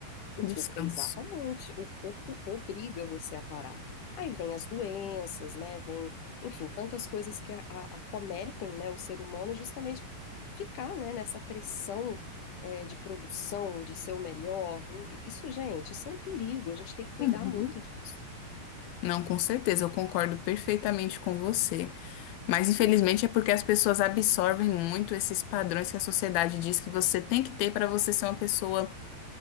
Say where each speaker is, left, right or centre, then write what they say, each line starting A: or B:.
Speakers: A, on the left; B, on the left.
A: o
B: descanso.
A: corpo, exatamente, o corpo obriga você a parar. Aí vem as doenças, né? Vem, enfim, tantas coisas que a- a- acometem, né, o ser humano justamente por ficar, né, nessa pressão é, de produção, de ser o melhor. Isso, gente, isso é um perigo. A gente tem que cuidar
B: Uhum.
A: muito disso.
B: Não, com certeza, eu concordo perfeitamente com você. Mas infelizmente é porque as pessoas absorvem muito esses padrões que a sociedade diz que você tem que ter para você ser uma pessoa